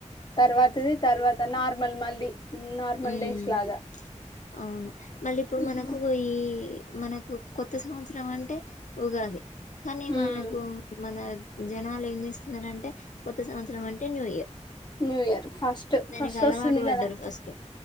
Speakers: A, on the left; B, on the left.
A: తర్వాతది తర్వాత నార్మల్ మళ్ళీ నార్మల్
B: మ్మ్
A: డేస్ లాగా
B: అవును మళ్ళిప్పుడు
A: ఉమ్
B: మనకు ఈ మనకు కొత్త సంవత్సరం అంటే ఉగాది కానీ
A: ఉమ్
B: మనకూ మన జనాలు ఏంజేస్తున్నారంటే కొత్త సంవత్సరం అంటే new year
A: new year first
B: దానికి
A: ఫస్టోస్తుంది
B: అలవాటు పడ్డారు
A: కదా
B: ఫస్ట్